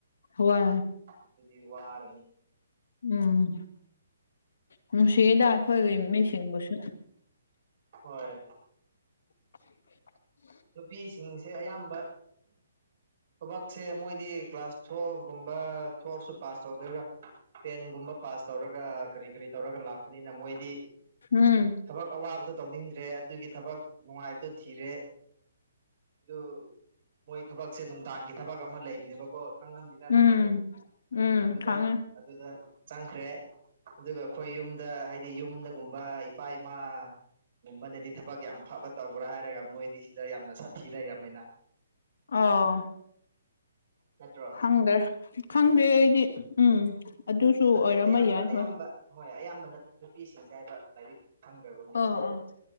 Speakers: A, on the left (about 75°); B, on the right (about 40°).
A: ꯍꯣꯏ
B: ꯑꯗꯨꯗꯤ ꯋꯥꯔꯦ
A: ꯎꯝ ꯅꯨꯡꯁꯤꯗ ꯑꯩꯈꯣꯏꯒꯤ ꯃꯤꯁꯤꯡꯕꯨꯁꯨ
B: ꯍꯣꯏ
A: <unintelligible>
B: ꯅꯨꯄꯤꯁꯤꯡꯁꯦ ꯑꯌꯥꯝꯕ ꯊꯕꯛꯁꯦ ꯃꯣꯏꯗꯤ ꯀ꯭ꯂꯥꯁ ꯇꯨꯋꯦꯜꯞ ꯀꯨꯝꯕꯥ ꯄꯥꯁ ꯇꯧꯗꯔꯒ ꯇꯦꯟꯒꯨꯝꯕ ꯄꯥꯁ ꯇꯧꯔꯒ ꯀꯔꯤ ꯀꯔꯤ ꯇꯧꯔꯒ ꯂꯥꯛꯄꯅꯤꯅ ꯃꯣꯏꯗꯤ
A: ꯎꯝ
B: ꯊꯕꯛ ꯑꯋꯥꯕꯗꯣ ꯇꯧꯅꯤꯡꯗ꯭ꯔꯦ ꯑꯗꯨꯒꯤ ꯊꯕꯛ ꯅꯨꯡꯉꯥꯏꯕꯗꯣ ꯊꯤꯔꯦ ꯑꯗꯨ ꯃꯣꯏ ꯊꯕꯛꯁꯦ ꯅꯨꯡꯗꯥꯡꯒꯤ ꯊꯕꯛ ꯑꯃ ꯂꯩꯕꯅꯦꯕꯀꯣ ꯈꯪꯉꯝꯅꯤꯗꯥ
A: ꯎꯝ
B: ꯅꯪꯁꯨ
A: ꯎꯝ
B: ꯑꯗꯨꯗ
A: ꯈꯪꯉꯦ
B: ꯑꯗꯨꯗ ꯆꯪꯈ꯭ꯔꯦ ꯑꯗꯨꯒ ꯑꯩꯈꯣꯏ ꯌꯨꯝꯗ ꯍꯥꯏꯗꯤ ꯌꯨꯝꯗꯒꯨꯝꯕ ꯏꯄꯥ ꯏꯃꯥ ꯃꯅꯗꯤ ꯊꯕꯛ ꯌꯥꯝ ꯐꯕ ꯇꯧꯕ꯭ꯔꯥ ꯍꯥꯏꯔꯒ ꯃꯣꯏꯗꯤ ꯁꯤꯗ ꯌꯥꯝꯅ ꯁꯥꯊꯤ ꯂꯩꯔꯕꯝꯅꯤꯅ
A: ꯑꯧ
B: ꯅꯠꯇ꯭ꯔꯣ
A: ꯈꯪꯗꯦ ꯈꯪꯗꯦ ꯑꯩꯗꯤ ꯎꯝ ꯑꯗꯨꯁꯨ
B: ꯅꯠꯇꯦ
A: ꯑꯣꯏꯔꯝꯕ
B: ꯑꯌꯥꯝꯕ
A: ꯌꯥꯏ
B: ꯑꯌꯥꯝꯕ
A: ꯍꯣꯏ
B: ꯍꯣꯏ ꯑꯌꯥꯝꯕꯅ ꯅꯨꯄꯤꯁꯤꯡꯁꯦ ꯍꯥꯏꯕ ꯂꯥꯏꯔꯤꯛ ꯈꯪꯈ꯭ꯔꯕ ꯃꯤꯁꯤꯡꯗꯣ
A: ꯑꯥ ꯑꯥ